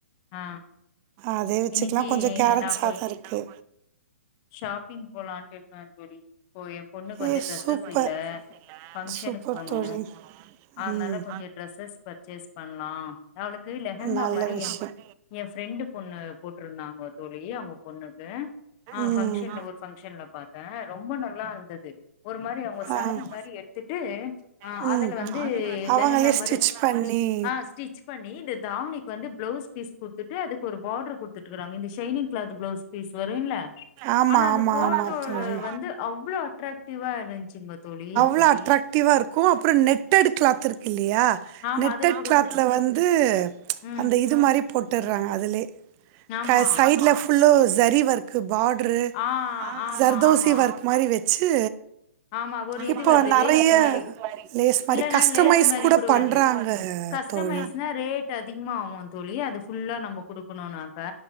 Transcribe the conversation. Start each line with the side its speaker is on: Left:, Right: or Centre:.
Left: ஆ
Right: அதே வச்சுக்லா
Left: இன்னிக்கி
Right: கொஞ்ச கேரட்
Left: நா
Right: சாத
Left: கொஞ்
Right: இருக்கு
Left: ஷாப்பிங் போலான்ட்டு இருக்க தோழி இப்போ எ பொண்ணுக்கு வந்து
Right: ஏ
Left: டிரெஸ்ஸஸ்
Right: சூப்பர்
Left: இல்ல ஃபங்க்ஷனுக்கு
Right: சூப்பர்
Left: போனு
Right: தோழி
Left: அதனால
Right: ம்
Left: கொஞ்ச ட்ரெஸ்ஸஸ் பர்ச்சேஸ் பண்லா அவளுக்கு லெஹங்கா
Right: நல்ல
Left: மாரி
Right: விஷயம்
Left: யம் எ ஃப்ரெண்டு பொண்ணு போட்ருந்தாங்க தோழி அவுங்க பொண்ணுக்கு ஆ
Right: ம்
Left: பங்க்ஷன்ல
Right: ம்
Left: ஒரு பங்க்ஷன்ல பாத்த ரொம்ப நல்லா இருந்துது ஒரு மாரி அவுங்க
Right: ஆ
Left: சாரி மாரி எ த்துட்டு
Right: ம்
Left: அதுல வந்து
Right: அவங்களே
Left: லெஹங்கா மாரி
Right: ஸ்டிச் பண்ணி
Left: ஆ ஸ்டிச் பண்ணி இந்த தாவணிக்கு வந்து ப்ளவுஸ் பீஸ் குட்த்துட்டு அதுக்கு ஒரு பார்டர் குட்துட்டுகிறாங்க இந்த ஷைனிங் க்ளாத் ப்ளவுஸ் பீஸ் வரு இல்ல
Right: ஆமா
Left: ஆனா அந்த
Right: ஆமா
Left: போட்டோல
Right: ஆமா தோழி
Left: வந்து அவ்ளோ அட்ராக்டிவா இருந்துச்சுங்க தோழி
Right: எவ்ள அட்ராக் டிவா இருக்கு அப்ற நெட்டட் க்ளாத் இருக்கு இல்லையா
Left: ஆமா
Right: நெட்டட்
Left: அதுல கூட
Right: க்ளாத்ல
Left: சூப்ப
Right: வந்து
Left: ம்
Right: அந்த இது மாரி போட்டுற்றாங்க அதுலே
Left: ஆமா
Right: க சைட்ல ஃபுல்லோ ஷரி ஒர்க் கு பார்ட்ரு
Left: ஆ ஆமா
Right: சர்தோசி
Left: ஆமா
Right: ஒர்க் மாரி வச்சு
Left: ஆமா ஒரு
Right: இப்போ
Left: இது வருது
Right: வந் நறைய
Left: லேஸ் மாரி
Right: லேஸ் மாரி
Left: இல்லன்னா
Right: கஸ்டமைஸ்
Left: லேஸ் மாரி
Right: கூட பண்றாங்க
Left: வருது கஸ்டமைஸ்னா
Right: தோழி
Left: ரேட் அதிகமா ஆவுமா தோழி அது ஃபுல்லா நம்ம குடுக்குணுனாக்க